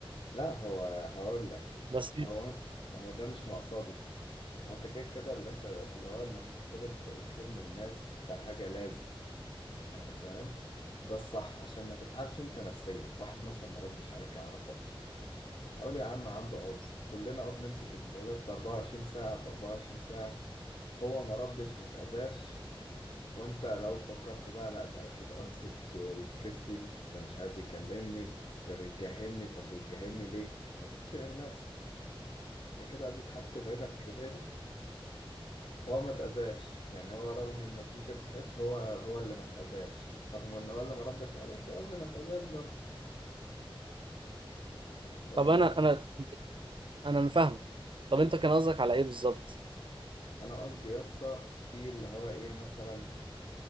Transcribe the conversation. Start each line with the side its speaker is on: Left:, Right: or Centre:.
Left: لا هو هقول لك
Right: بس
Left: هو هو ده مش مقصدي هو انت كده كده اللي انت اللي هو انك تفترض الخير من الناس ده حاجة لازم يعني فاهم ده الصح عشان ما تتعبش انت نفسيا واحد مثلا ما ردش عليك يعرفها هقول يا عم عنده عذر كلنا اه بنمسك الموبايلات 24 ساعة في 24 ساعة هو ما ردش ما اتأذاش وانت لو فكرت بقى لا ده اكيد قاصد يفكس لي ده مش عايز يكلمني ده بيتجاهلني طب بيتجاهلني ليه ما فيش غير نفسك انت كده اذيت حد غيرك غيرك هو ما اتاذاش يعني هو رغم انك ممكن تحس هو هو اللي ما اتاذاش رغم ان هو اللي ما ردش عليك هو اللي ما اتاذاش برضه فاهم
Right: طب انا
Left: النقطة
Right: انا
Left: دي؟
Right: انا أنا فاهم طب انت كان قصدك على ايه بالظبط
Left: انا قصدي يا اسطى في اللي هو ايه مثلا